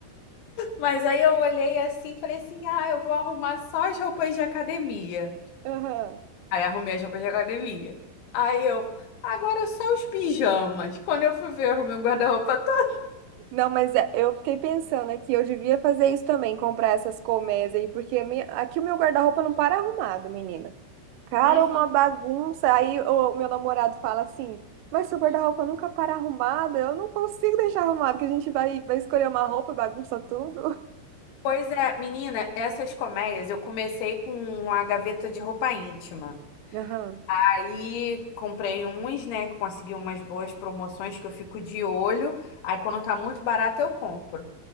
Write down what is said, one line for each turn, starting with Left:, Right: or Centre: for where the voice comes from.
Left: Mas aí eu olhei assim, e falei assim: ah, eu vou arrumar só as roupas de academia.
Right: Aham.
Left: Aí arrumei as roupas de academia. Aí eu, agora só os pijamas. Quando eu fui ver, eu arrumei o guarda-roupa todo.
Right: Não, mas é, eu fiquei pensando aqui, eu devia fazer isso também, comprar essas colmeias aí, porque a minha- aqui o meu guarda-roupa não para arrumado, menina. Cara,
Left: Uhum.
Right: é uma bagunça. Aí o meu namorado fala assim: Mas seu guarda-roupa nunca para arrumado. Eu não consigo deixar arrumado, que a gente vai, vai escolher uma roupa e bagunça tudo.
Left: Pois é, menina, essas colmeias eu comecei com a gaveta de roupa íntima.
Right: <laughs> Aham.
Left: Aí comprei uns, né? Consegui umas boas promoções que eu fico de olho. Aí quando tá muito barato, eu compro.